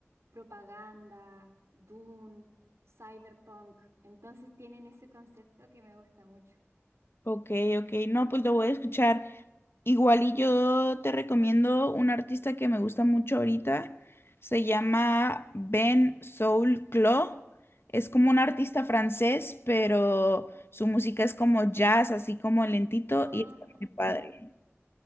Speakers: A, on the right; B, on the left.
A: Propaganda, Dune, Cyberpunk. Entonces tienen ese concepto que me gusta mucho.
B: Ok, ok, no, pues lo voy a escuchar. Igual y yo te recomiendo un artista que me gusta mucho ahorita. Se llama Ben Soul Clo. Es como un artista francés, pero su música es como jazz, así como lentito
A: Ah,
B: y está muy padre.
A: ya.